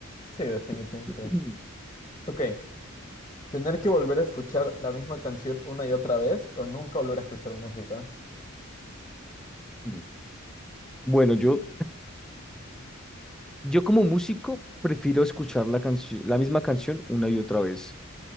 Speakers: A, on the left (about 20°); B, in the centre.
A: Sí, definitivamente.
B: <clears throat>
A: Ok, ¿Tener que volver a escuchar la misma canción una y otra vez o nunca volver a escuchar música?
B: Mm. Bueno, yo, yo como músico prefiero escuchar la canción, la misma canción una y otra vez.